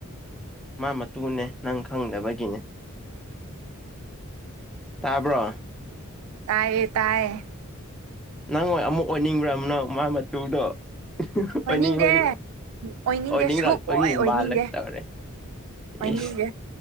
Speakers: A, in the centre; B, on the right.
A: ꯃꯥ ꯃꯇꯨꯅꯦ ꯅꯪ ꯈꯪꯗꯕꯒꯤꯅꯦ ꯇꯥꯕ꯭ꯔꯣ
B: ꯇꯥꯏꯌꯦ ꯇꯥꯏꯌꯦ
A: ꯅꯪ ꯑꯣꯏ ꯑꯃꯨꯛ ꯑꯣꯏꯅꯤꯡꯕ꯭ꯔꯅꯣ ꯃꯥ ꯃꯇꯨꯗꯣ
B: ꯑꯣꯏꯅꯤꯡꯗꯦ
A: ꯑꯣꯏꯅꯤꯡꯕꯩ
B: ꯑꯣꯏꯅꯤꯡꯗꯦ
A: ꯑꯣꯏꯅꯤꯡꯔꯛꯄꯒꯤ
B: ꯁꯨꯛ ꯑꯣꯏ ꯑꯣꯏꯅꯤꯡꯗꯦ
A: ꯃꯥꯜꯂꯛꯇꯧꯔꯦ
B: ꯑꯣꯏꯅꯤꯡꯗꯦ
A: ꯏꯁ